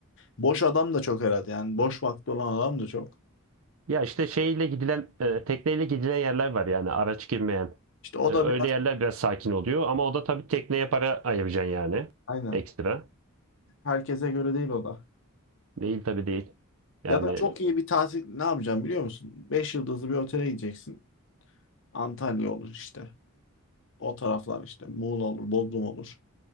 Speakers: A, on the left; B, on the right.
A: boş adam da çok herhalde. Yani boş vakti olan adam da çok.
B: Ya işte şeyle gidilen, e, tekneyle gidilen yerler var yani araç girmeyen.
A: İşte o
B: E,
A: da
B: öyle
A: bir
B: yerler biraz sakin oluyor ama o da tabii tekneye para ayıracaksın yani
A: aynen.
B: ekstra.
A: Herkese göre değil o da.
B: Değil tabii değil. Yani
A: Ya da çok iyi bir tatil ne yapacağım biliyor musun? 5 yıldızlı bir otele gideceksin. Antalya olur işte. O taraflar işte Muğla olur, Bodrum olur.